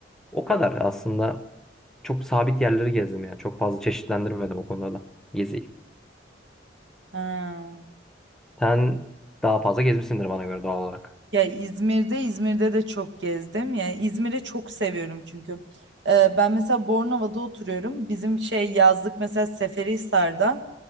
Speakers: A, in the centre; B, on the right (about 70°).
A: O kadar aslında çok sabit yerleri gezdim yani. Çok fazla çeşitlendirmedim o konuda da geziyi.
B: Ha.
A: Sen daha fazla gezmişsindir bana göre doğal olarak.
B: Ya İzmir'de, İzmir'de de çok gezdim. Yani İzmir'i çok seviyorum çünkü. Ee, ben mesela Bornova'da oturuyorum. Bizim şey yazlık mesela Seferihisar'da.